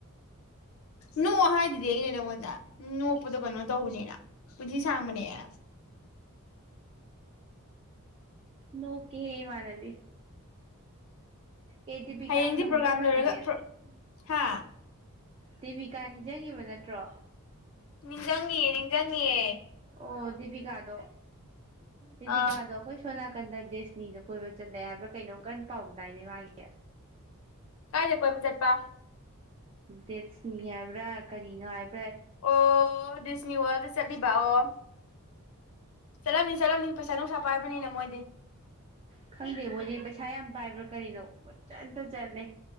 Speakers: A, on the left; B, on the right.
A: ꯅꯣꯛꯑꯣ ꯍꯥꯏꯗꯨꯗꯤ ꯑꯩꯅ ꯅꯪꯉꯣꯟꯗ ꯅꯣꯛꯄꯗꯣ ꯀꯩꯅꯣ ꯇꯧꯕꯅꯦꯅ ꯄꯨꯟꯁꯤ ꯁꯥꯡꯕꯅꯦꯅ
B: ꯅꯣꯛꯀꯦꯍꯦ ꯏꯃꯥꯟꯅꯕꯤ ꯑꯦ ꯗꯦꯕꯤꯀꯥ
A: ꯍꯌꯦꯡꯗꯤ
B: ꯈꯪꯕ꯭ꯔ
A: ꯄ꯭ꯔꯣꯒꯥꯝ
B: ꯏꯃꯥꯥꯟꯅꯕꯤ
A: ꯂꯣꯏꯔꯒ ꯄ꯭ꯔꯣ ꯍꯥ
B: ꯗꯦꯕꯤꯀꯥ ꯅꯤꯡꯖꯪꯉꯤꯕ ꯅꯠꯇ꯭ꯔꯣ
A: ꯅꯤꯡꯖꯪꯉꯤꯌꯦ ꯅꯤꯡꯖꯪꯉꯤꯌꯦ
B: ꯑꯣ ꯗꯦꯕꯤꯀꯥꯗꯣ ꯗꯦꯕꯤꯀꯥꯗꯣ
A: ꯑꯥ
B: ꯑꯈꯣꯏ ꯁꯣꯅꯥꯀꯟꯗ ꯗꯦꯁꯅꯤꯗ ꯀꯣꯏꯕ ꯆꯠꯂꯦ ꯍꯥꯏꯕ꯭ꯔꯥ ꯀꯩꯅꯣꯝ ꯀꯟꯅ ꯄꯥꯎ ꯇꯥꯏꯅꯦ ꯃꯥꯒꯤ
A: ꯀꯥꯏꯗ ꯀꯣꯏꯕ ꯆꯠꯄ
B: ꯗꯦꯠꯁꯅꯤ ꯍꯥꯏꯕ꯭ꯔ ꯀꯔꯤꯅꯣ ꯍꯥꯏꯕ
A: ꯑꯣ ꯗꯤꯁꯅꯤ ꯋꯥꯜꯗ ꯆꯠꯂꯤꯕꯑꯣ ꯆꯠꯂꯝꯅꯤ ꯆꯠꯂꯝꯅꯤ ꯄꯩꯁꯥ ꯅꯨꯡꯁꯥ ꯄꯥꯏꯕꯅꯤꯅ ꯃꯣꯏꯗꯤ
B: ꯈꯪꯗꯦ ꯃꯣꯏꯗꯤ ꯄꯩꯁꯥ ꯌꯥꯝ ꯄꯥꯏꯕ꯭ꯔꯥ ꯀꯔꯤꯅꯣ ꯄꯥꯆꯠꯇ ꯆꯠꯂꯦ